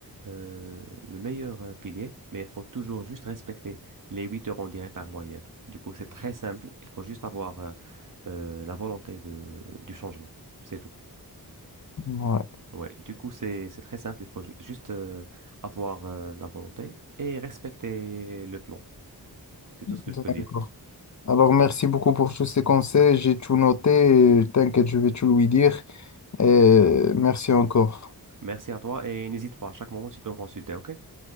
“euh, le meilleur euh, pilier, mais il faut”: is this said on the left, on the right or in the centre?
Right